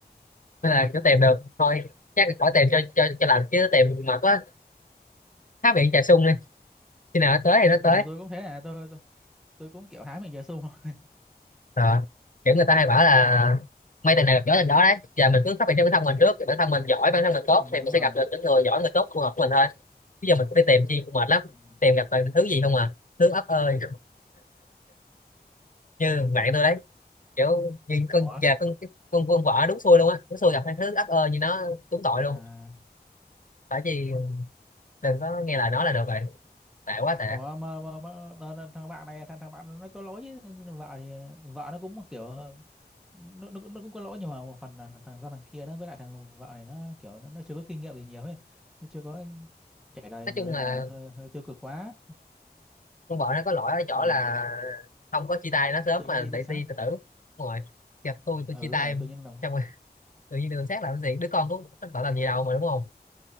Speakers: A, on the left; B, in the centre.
A: nên là cứ tìm được thôi chắc là khỏi tìm cho cho cho lành chứ tìm mệt quá há miệng trà sung đi khi nào nó tới thì nó tới
B: ừ tôi cũng thế à tôi tôi, tôi cũng kiểu hái mình về sung <laughs>
A: Ờ, kiểu người ta hay bảo là
B: ờ
A: may tình này gặp gió tình đó đấy giờ mình cứ phát triển cho bản thân mình trước bản thân mình giỏi bản thân mình tốt
B: ừ,
A: thì
B: đúng
A: mình
B: rồi
A: sẽ gặp được những người giỏi người tốt phù hợp với mình thôi bây giờ mình cũng đi tìm chi cũng mệt lắm
B: ừ.
A: tìm gặp toàn thứ gì không à thứ ấp ơi <laughs> như bạn tôi đấy kiểu như con
B: ủa
A: già con con con vợ đúng xui luôn á đúng xui gặp thằng thứ ấp ơi như nó đúng tội
B: à
A: luôn tại vì đừng có nghe lời nó là được rồi tệ quá
B: Ủa
A: tệ
B: mà, mà, mà, mà là thằng bạn này thằng thằng bạn nó có lỗi chứ. vợ thì vợ nó cũng kiểu nó, nó, cũng- nó cũng có lỗi nhưng mà một phần là thằng do thằng kia đó với lại thằng vợ này nó kiểu nó, nó chưa có kinh nghiệm gì nhiều ấy nó chưa có trải đời
A: nói
B: nhiều
A: chung
B: nên
A: là
B: là hơi hơi tiêu cực quá
A: con vợ nó có lỗi ở chỗ
B: ừ.
A: là không có chia tay nó sớm
B: tự nhiên
A: mà
B: đi tự
A: để
B: sát
A: đi tự tử Đúng rồi gặp tôi tôi
B: ừ
A: chia
B: đúng
A: tay
B: rồi
A: em
B: tự nhiên làm
A: xong rồi tự nhiên đường sát làm cái gì đứa con cũng tội làm gì đâu mà đúng không